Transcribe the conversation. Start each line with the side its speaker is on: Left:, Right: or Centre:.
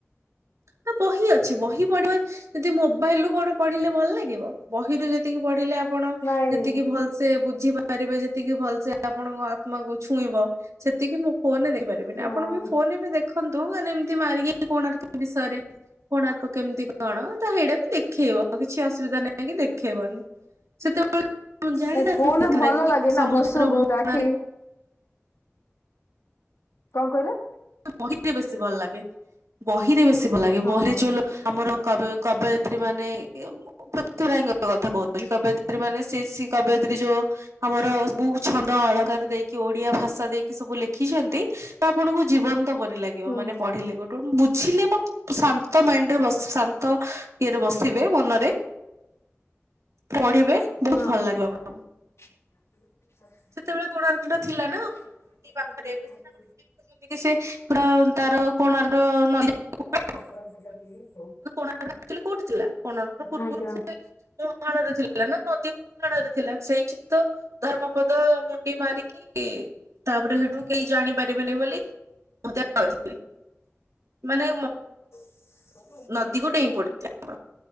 Right: ନା ବହି ଅଛି। ବହି ପଢିବା ଯଦି ମୋବାଇଲ୍ ରୁ କଣ ପଢିଲେ ଭଲ ଲାଗିବ? ବହିରୁ ଯେତିକି ପଢିଲେ ଆପଣ
Left: ନାଇଁ
Right: ଯେତିକି ଭଲ ସେ ବୁଝିପାରିବେ ଯେତିକି ଭଲସେ ଆପଣଙ୍କ ଆତ୍ମାକୁ ଛୁଇଁବ ସେତିକି ମୁଁ ଫୋନ୍ ରେ ଦେଖିପା ରେବେନି
Left: ହଁ
Right: ଆପଣ ବି ଫୋନ୍ ରେ ବି ଦେଖନ୍ତୁ ମାନେ ଏମତି ମାରିକି କୋଣାର୍କ ବିଷୟରେ। କୋଣାର୍କ କେମିତି କଣ? ତ ସେଇଟା ବି ଦେଖେଇବ କିଛି ଅସୁବିଧା ନାହିଁ କି ଦେଖେଇବନି। ସେତେବେଳେ ଜାଣିନାହାନ୍ତି
Left: ନାଇ ଫୋନ୍ ରେ
Right: କଥାଟା
Left: ଭଲ
Right: କି
Left: ଲାଗେ
Right: ସମୁଦ୍ର
Left: ନା ବସୁ ବହୁତ
Right: ମୁହଁରେ
Left: ଆଖି କଣ କଇଲ?
Right: ବହିରେ ବେଶୀ ଭଲ ଲାଗେ ବହିରେ ବେଶୀ ଭଲ ଲାଗେ
Left: ହଁ
Right: ବହିରେ ଯୋ ଆମର କବିଅ କବୟତ୍ରୀ ମାନେ ପୃଥୀ ରାୟ ଙ୍କ କଥା କହୁଛି କବୟତ୍ରୀ ମାନେ ସେ ସେ କବୟତ୍ରୀ ଯୋଉ ଆମର ବୋ ଛନ୍ଦ ଅଳଙ୍କାର ଦେଇକି ଓଡିଆ ଭାଷା ଦେଇକି ସବୁ ଲେଖିଛନ୍ତି। ତ ଆପଣଙ୍କୁ ଜୀବନ୍ତ ପରି ଲାଗିବ
Left: ହଁ
Right: ମାନେ ପଢିଲେ ଗୋଟେ ଗୋଟେ ବୁଝିଲେ ଶାନ୍ତ ମାଇଣ୍ଡରେ ବସି ଶାନ୍ତ ଇଏରେ ବସିବେ ଭଲ ରେ ପଢ଼ିବେ ବହୁତ
Left: ହଁ
Right: ଭଲ ଲାଗିବ ଆପଣଙ୍କୁ।
Left: <unintelligible>
Right: ସେତେବେଳେ କୋଣାର୍କ ଟା ଥିଲା ନା ଆମର ନଦୀ ପାଖରେ ଏବେ ସିନା ଆପଣ ଦେଖୁଛନ୍ତି କି ସେ ପୁରା ତାର କୋଣାର୍କ ର ନଈ <unintelligible>
Left: ସେ <unintelligible>
Right: କୋଣାରକୋଉଠି ଥିଲା କୋଣାର୍କ ପୂର୍ବରୁ
Left: ଆଜ୍ଞା
Right: ସେ ମୁହାଣରେ ଥିଲା। ହେଲା ନଦୀ ମୁହାଣ ରେ ଥିଲା ସେଇଠି ତ ଧର୍ମପଦ ମୁଣ୍ଡି ମାରିକି ତାପରେ ସେଇଠୁ କେହି ଜାଣିପାରିବେନି ବୋଲି <unintelligible> ମାନେ
Left: <unintelligible>
Right: ନଦୀକୁ ଡେଇଁ ପଡୁଥିଲା ଆମର